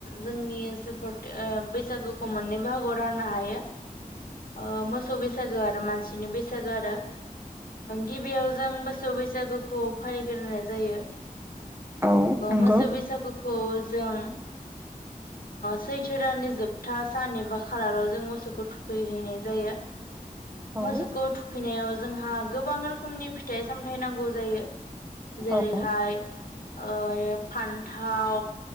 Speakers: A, on the left; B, on the right.
A: जोंनि बैसागोखौ मोननै बाहागोआव राननो हायो। ओ मोसौ बैसागो आरो मानसिनि बैसागो आरो। गिबियाव जों मोसौ बैसागोखौ फालिग्रोनाय जायो।
B: औ नंगौ
A: मोसौ बैसागुखौ जों सैथो दाननि जोबथा सान एबा खालाराव जों मोसौखौ थुखैहैनाय जायो। मोसौखौ
B: औ
A: थुखैनायाव ज जोंहा गोबां रोखोमनि फिथाइ सामथायाइ नांगौ जायो। जेरैहाय
B: औ
A: ओ फान्थाव